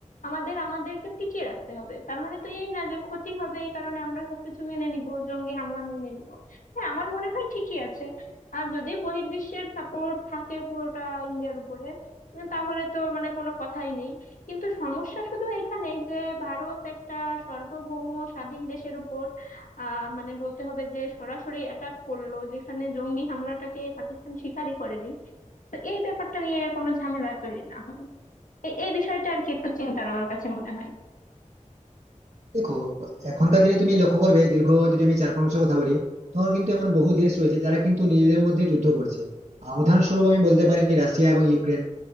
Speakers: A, on the left; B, on the right.
A: আমাদের আমাদেরকে টিকিয়ে রাখতে হবে তার মানে তো এই না যে ক্ষতি হবে এই কারণে আমরা সবকিছু মেনে নিব জঙ্গি হামলা মেনে নিব হ্যাঁ আমার মনে হয় ঠিকই আছে আর যদি বহির্বিশ্বের সাপোর্ট থাকে পুরোটা ইন্ডিয়ার উপরে উম, তাহলে তো মানে কোনো কথাই নেই কিন্তু সমস্যা শুধু এখানেই যে ভারত একটা সার্বভৌম স্বাধীন দেশের উপর আহ মানে বলতে হবে যে সরাসরি অ্যাটাক করলো যেখানে জঙ্গি হামলাটাকে পাকিস্তান স্বীকারই করেনি তো এই ব্যাপারটা নিয়ে কোনো ঝামেলা তৈরি না হয় এ- এই বিষয়টা আর কি একটু চিন্তার আমার কাছে মনে হয়
B: দেখো এখনকার দিনে তুমি লক্ষ্য করবে দীর্ঘ যদি আমি চার পাঁচ বছর কথা বলি তখন কিন্তু এমন বহু দেশ রয়েছে যারা কিন্তু নিজেদের মধ্যে যুদ্ধ করছে আহ, উদাহরণস্বরূপ আমি বলতে পারি রাশিয়া এবং ইউক্রেন